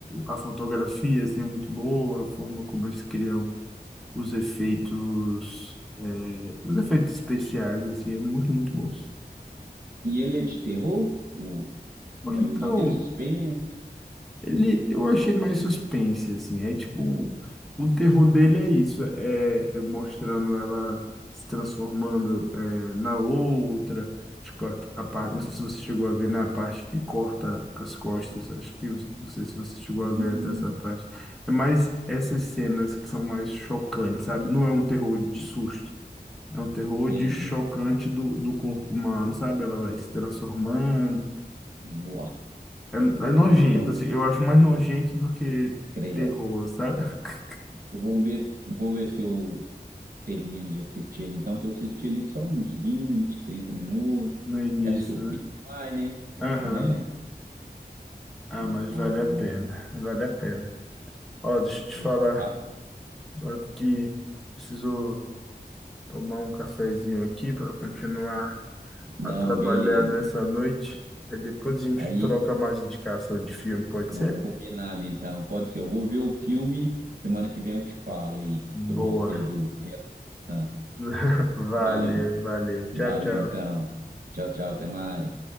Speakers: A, in the centre; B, on the right.
A: a fotografia, assim, é muito boa, a forma como eles criam os efeitos, é, os efeitos especiais, assim, é muito, muito bom.
B: E ele é de terror, o
A: Ou
B: a maioria
A: então,
B: é de suspense.
A: Ele, eu achei mais suspense, assim, é tipo, o terror dele é isso, é, é mostrando ela se transformando é, na outra, tipo, a, a parte, não sei se você chegou a ver, na parte que corta as costas, acho que, não sei se você chegou
B: Hum,
A: a ver até essa parte, é mais essas cenas que são mais chocantes, sabe? Não é um terror de susto, é um terror
B: entendi.
A: de chocante do, do corpo humano, sabe? Ela vai se transformando,
B: Nossa.
A: é, é nojento,
B: Não, então,
A: assim, eu acho mais nojento do que
B: credo.
A: terror, sabe? <laughs>
B: Eu vou ver, se- vou ver se eu termino de assistir então, que eu assisti ele só uns 20, 30 minutos.
A: No início,
B: É sofrido
A: né?
B: demais, né?
A: Aham.
B: Né?
A: Ah,
B: Não,
A: mas
B: ah,
A: vale a
B: vou,
A: pena, vale a pena. Ó, deixa eu
B: vou
A: te
B: ver
A: falar,
B: se eu cap...
A: ó, que preciso tomar um cafezinho aqui para continuar
B: Não,
A: a trabalhar
B: beleza.
A: nessa noite. Aí depois a gente
B: Aí,
A: troca mais indicação de filme, pode
B: não,
A: ser?
B: combinado, então. Pode ser. Eu vou ver o filme, semana que vem eu te falo aí, se eu
A: Boa.
B: gostei do resto da substância.
A: <laughs> Valeu,
B: Valeu,
A: valeu.
B: valeu,
A: Tchau, tchau.
B: então. Tchau, tchau, até mais.